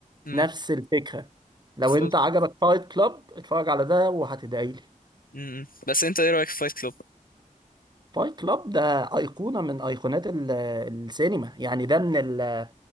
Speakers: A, on the left; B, on the right.
A: امم
B: نفس الفكرة لو
A: بالظبط
B: انت عجبك فايت كلاب اتفرج على ده وهتدعي لي
A: امم إمم. بس انت ايه رايك في فايت كلوب
B: فايت كلاب ده أيقونة من أيقونات ال- السينما يعني ده من ال